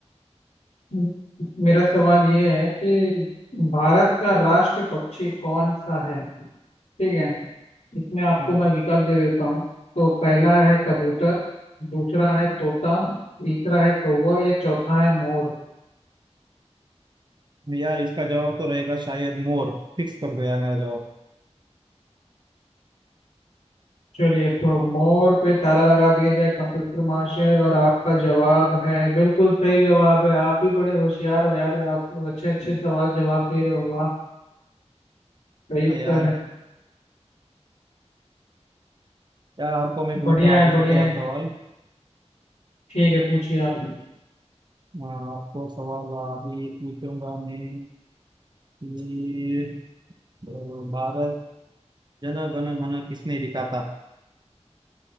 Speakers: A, on the left; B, on the right.
A: म- मेरा सवाल ये है कि भारत का राष्ट्रीय पक्षी कौन सा है ठीक है इसमें आपको
B: हाँ
A: मैं विकल्प दे देता हूँ तो पहला है कबूतर दूसरा है तोता तीसरा है कौवा या चौथा है मोर
B: यार इसका जवाब तो रहेगा शायद मोर फिक्स कर दो यार मेरा जवाब
A: चलिए तो मोर पे ताला लगा दिया जाए कंप्यूटर महाशय और आपका जवाब है बिल्कुल सही जवाब है आप भी बड़े होशियार हो यार आप अच्छे अच्छे सवाल जवाब दे रहे हो वाह सही उत्तर
B: हाँ यार
A: है
B: यार आपको मैं पूछता
A: बढ़िया
B: हूँ
A: है
B: अभी
A: बढ़िया
B: दूसरा
A: है
B: सवाल
A: ठीक है पूछिए आप
B: आपको सवाल अभी पूछूंगा मैं कि अ, भारत जन गण मन किसने लिखा था